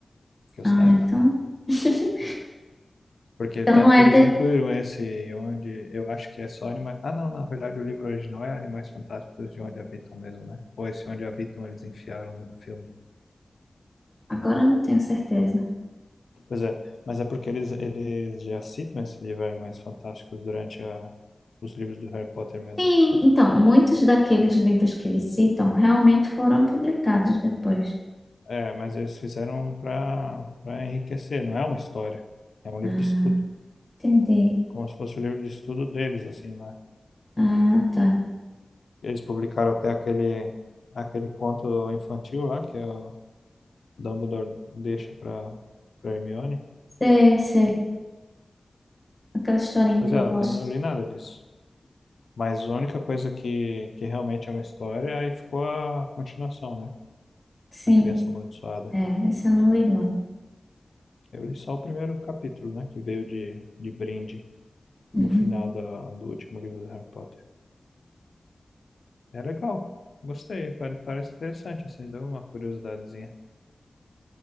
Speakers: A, on the left (about 80°); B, on the left (about 15°).
A: que eu
B: Ah,
A: saiba,
B: então.
A: né?
B: <laughs>
A: Porque
B: Então
A: tanto
B: não é
A: que eles
B: de...
A: incluíram esse, onde eu acho que é só animais. Ah, não, na verdade o livro original é Animais Fantásticos de Onde Habitam mesmo, né? Ou esse Onde Habitam eles enfiaram no filme.
B: Agora eu não tenho certeza.
A: Pois é, mas é porque eles, eles já citam esses livros Animais Fantásticos durante a, os livros do Harry Potter mesmo.
B: Sim, então, muitos daqueles livros que eles citam realmente foram publicados depois.
A: É, mas eles fizeram para para enriquecer, não é uma história, é um livro
B: Ah,
A: de estudo,
B: entendi.
A: como se fosse o livro de estudo deles, assim, lá.
B: Ah, tá.
A: Eles publicaram até aquele, aquele conto infantil lá, que é o Dumbledore deixa para para Hermione.
B: Sei, sei. Aquela historinha
A: Pois
B: que
A: é,
B: eu
A: eu
B: gosto.
A: não li nada disso. Mas a única coisa que, que realmente é uma história, aí ficou a continuação, né?
B: Sim,
A: A Criança Amaldiçoada.
B: é, essa eu não li, não.
A: Eu li só o primeiro capítulo, né? Que veio de, de brinde
B: Uhum.
A: no final da, do último livro do Harry Potter. É legal. Gostei. pa- Parece interessante, assim. Deu uma curiosidadezinha.